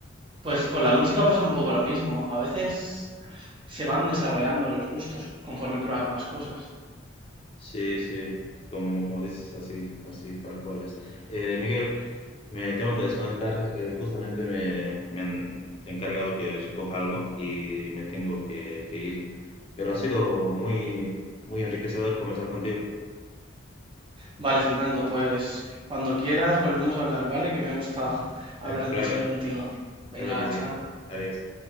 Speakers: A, on the right; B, on the left.
A: pues con la música pasa un poco lo mismo. A veces se van desarrollando los gustos conforme pruebas más cosas.
B: Sí, sí, como, como dices, así, así, tal cual es. Eh, Miguel, me tengo que desconectar, eh, justamente me, me han encargado que recoja algo y me tengo que, que ir, pero ha sido muy, muy enriquecedor conversar contigo.
A: Vale, Fernando, pues cuando quieras volvemos a hablar, ¿vale? Que me ha gustado <laughs> hablar
B: Claro,
A: de música contigo. Venga,
B: claro que sí.
A: chao.
B: Adiós.